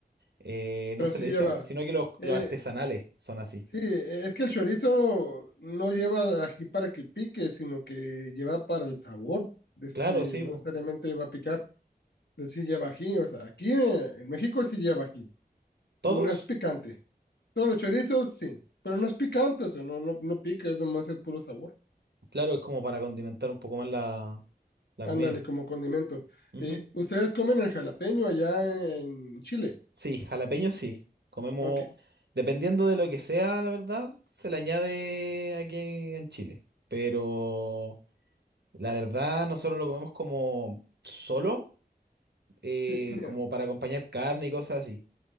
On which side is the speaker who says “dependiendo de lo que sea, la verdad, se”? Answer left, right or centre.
Right